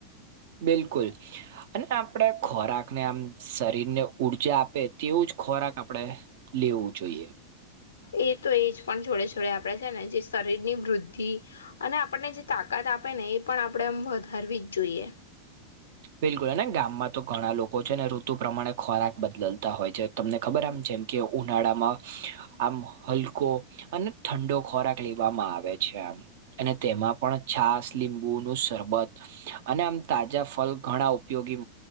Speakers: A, on the right (about 55°); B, on the left (about 70°).
A: બિલકુલ અને આપણે ખોરાકને આમ શરીરને ઊર્જા આપે તેવું જ ખોરાક આપડે લેવું જોઈએ.
B: એ તો એ જ પણ જોડે જોડે આપણે છે. ને જે શરીરની વૃદ્ધિ અને આપણને જે તાકાત આપે ને એ પણ આપણે આમ વધારવી જ જોઈએ.
A: બિલકુલ અને ગામમાં તો ઘણા લોકો છે. ને ઋતુ પ્રમાણે ખોરાક બદલતા હોય છે. તમને ખબર આમ જેમ કે ઉનાળામાં આમ હલકો અને ઠંડો ખોરાક લેવામાં આવે છે. આમ અને તેમાં પણ છાસ લીંબુનું સરબત અને આમ તાજા ફલ ઘણા ઉપયોગી